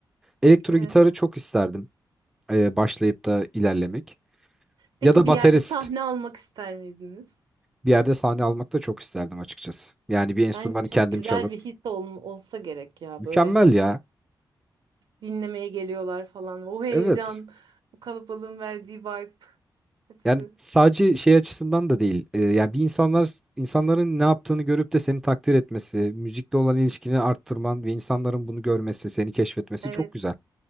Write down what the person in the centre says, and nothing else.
Elektro
gitarı çok isterdim eee, başlayıp da ilerlemek.
Ya da
baterist
bir yerde sahne almak da çok isterdim açıkçası. Yani bir enstrümanı
kendim
çalıp.
Mükemmel
ya.
Evet.
Yani sadece şey açısından da değil. Ee, yani bir insanlar insanların ne yaptığını görüp de seni takdir etmesi, müzikle olan ilişkini arttırman ve insanların bunu görmesi, seni keşfetmesi
çok güzel.